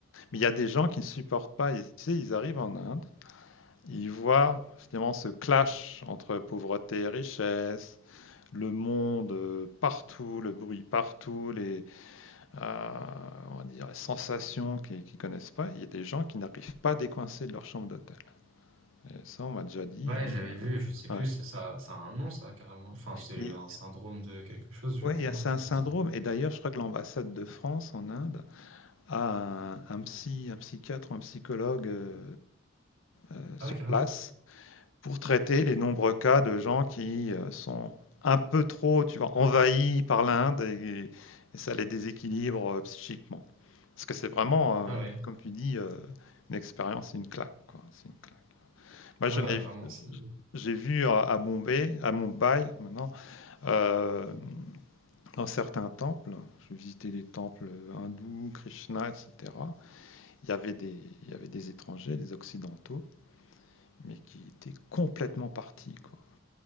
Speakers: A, on the left; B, on the right.
A: Mais il y a des gens qui ne supportent pas. Ils, tu sais, ils arrivent en Inde, ils voient finalement ce clash entre pauvreté et richesse, le monde euh, partout, le bruit partout, les, euh, on va dire, les sensations qu'ils ne connaissent pas. Il y a des gens qui n'arrivent pas à décoincer de leur chambre d'hôtel. Et ça, on m'a déjà dit.
B: Ouais,
A: hein.
B: j'avais vu, je sais plus,
A: Ouais.
B: c'est ça, ça a un nom, ça, carrément. Enfin, c'est
A: Et
B: un syndrome de quelque chose, je
A: ouais,
B: crois.
A: il y a- c'est
B: Ça
A: un syndrome.
B: me dit...
A: Et d'ailleurs, je crois que l'ambassade de France en Inde a un, un psy, un psychiatre ou un psychologue euh, euh, sur
B: Ah ouais, carrément.
A: place pour traiter les nombreux cas de gens qui euh, sont un peu trop, tu vois, envahis par l'Inde et, et ça les déséquilibre euh, psychiquement. Parce que c'est vraiment,
B: Ah
A: heu,
B: ouais.
A: comme tu dis, heu, une expérience, une claque, quoi. C'est une claque. Moi, j'en
B: Ouais, ouais,
A: ai
B: vraiment, c'est.
A: j'ai vu à à Bombay, à Mumbai maintenant, hem, dans certains temples, je visitais des temples, hindous, Krishna, et cetera. Il y avait des il y avait des étrangers, des occidentaux, mais qui étaient complètement partis, quoi,